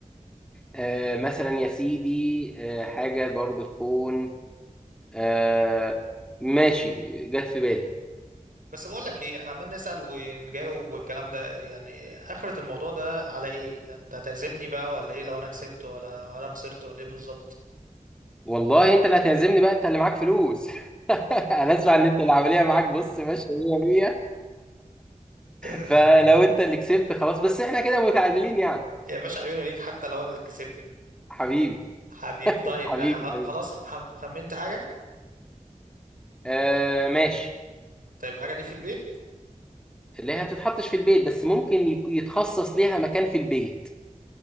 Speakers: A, in the centre; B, on the right.
A: آه مثلا يا سيدي آه حاجه برضو تكون آه ماشي جت في بالي
B: بس بقول لك ايه احنا عمال نسأل ونجاوب والكلام ده يعني آخرة الموضوع ده على ايه يعني انت هتعزمني بقى ولا ايه لو انا كسبت ولا وانا خسرت ولا ايه بالظبط
A: والله انت اللي هتعزمني بقى انت اللي معاك فلوس <laughs> انا اسمع ان انت العمليه معاك بص ماشيه 100 100
B: <laughs>
A: فلو انت اللي كسبت خلاص بس احنا كده متعادلين يعني
B: يا باشا عيوني ليك حتى لو انا اللي كسبت
A: حبيبي
B: حبيبي طيب
A: حبيبي
B: ح-
A: حبيبي
B: خلاص ح- خمنت حاجة
A: آه ماشي
B: طيب الحاجة دي في البيت
A: اللي هي بتتحطش في البيت بس ممكن يك- يتخصص ليها مكان في البيت